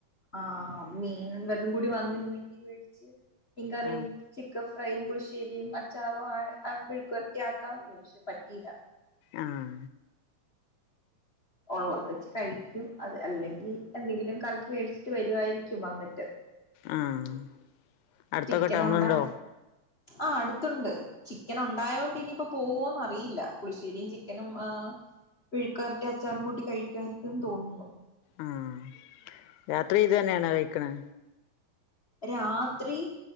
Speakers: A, on the left; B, on the left.
A: ആഹ് മീനും വെല്ലും കൂടി വന്ന്ര്ന്നെങ്കി വേടിച്ച് മീൻകറിം
B: ആഹ്
A: ചിക്കൻ ഫ്രൈയും പുളിശ്ശേരിം അച്ചാറും അയെ അം മെഴ്ക്കോര്ട്ടി ആക്കാം പക്ഷെ പറ്റീല
B: ആഹ്
A: ഒള്ളത് വെച്ച് കഴിക്കും അത് അല്ലെങ്കി എന്തെങ്കിലും കറിക്ക് മേട്ച്ചിട്ട് വെര്വാര്ക്കും വന്ന്ട്ട്
B: ആഹ് അടുത്തൊക്കെ
A: ചിക്കനൊണ്ട്
B: ടൗണുണ്ടോ
A: ആഹ് അട്ത്തുണ്ട് ചിക്കനൊണ്ടായോണ്ട് ഇനിയിപ്പോ പോവോന്ന് അറിയില്ല പുള്ശേരിം ചിക്കനും ആഹ് വിഴുക്ക്വെര്ട്ടി അച്ചാറും കൂട്ടി കഴിക്ക്വാരിക്കുംന്ന് തോന്നുന്നു
B: ആഹ് രാത്രി ഇത് തന്നെയാണോ കഴിക്കണെ
A: രാത്രി